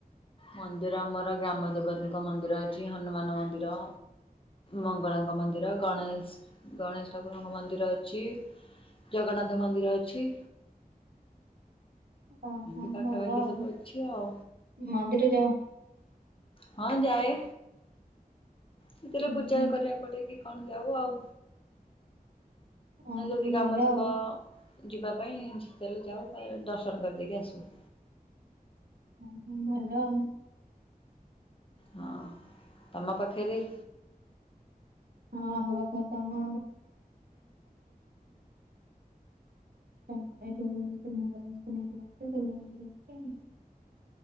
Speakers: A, on the left; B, on the right.
A: ମନ୍ଦିର ଆମର ଗ୍ରାମ ଦେବତୀଙ୍କ ମନ୍ଦିର ଅଛି ହନୁମାନ ମନ୍ଦିର ମଙ୍ଗଳାଙ୍କ ମନ୍ଦିର, ଗଣେଶ ଗଣେଶ ଠାକୁରଙ୍କ ମନ୍ଦିର ଅଛି। ଜଗନ୍ନାଥ ମନ୍ଦିର ଅଛି।
B: ଓହୋ
A: ଏମିତି ପାଖାପାଖି
B: ଭଲ ଆଉ
A: ସବୁ ଅଛି ଆଉ।
B: ମନ୍ଦିର ଯାଅ।
A: ହଁ ଯାଏ ସେଥିରେ
B: ଉହୁଁ
A: ପୂଜା କରିବାକୁ ପଡେ କି କଣ ଯାଉ ଆଉ
B: ଓହୋ
A: ଯଦି କାମ
B: ଭଲ
A: ଥିବ
B: ଆଉ।
A: ଯିବା ପାଇଁ ସେତେବେଳେ ଯାଉ ଦର୍ଶନ କରିଦେଇକି ଆସୁ
B: ଓହୋ ଭଲ ଆଉ
A: ହଁ ତମ ପାଖେରେ?
B: ହଁ ଆମ ପାଖରେ ତ ଆମ <unintelligible>